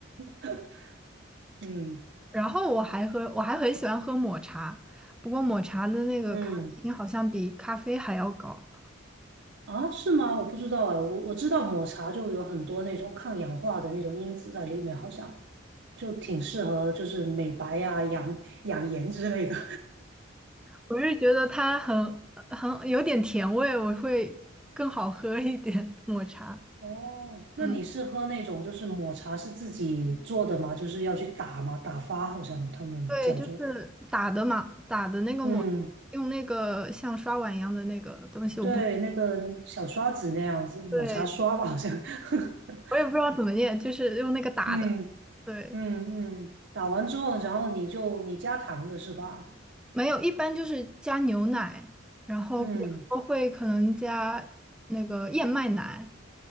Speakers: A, on the right; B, in the centre.
A: <laughs> 嗯
B: 然后我还喝，我还很喜欢喝抹茶，不过抹茶的那个咖啡因好像比咖啡还要高。
A: 嗯，啊，是吗？我不知道啊，我我知道抹茶就有很多那种抗氧化的那种因子在里面，好像就挺适合就是美白啊、养养颜之类的。
B: 我是觉得它很很有点甜味，我会更好喝一点抹茶。
A: <laughs> 哦，那你是喝那种就是抹茶是自己做的吗？
B: 嗯，
A: 就是要去打吗？打发好像他们叫做，
B: 对，就是打的嘛，打的那个抹，
A: 嗯，
B: 用那个像刷碗一样的那个东西，我不，
A: 对，那个小刷子那样子，抹茶刷吧，
B: 对，
A: 好像。<laughs>
B: 我也不知道怎么念，就是用那个打的。
A: 嗯
B: 对，
A: 嗯嗯，打完之后，然后你就你加糖的是吧？
B: 没有，一般就是加牛奶，然后有时候会可能加那个燕麦奶。
A: 嗯。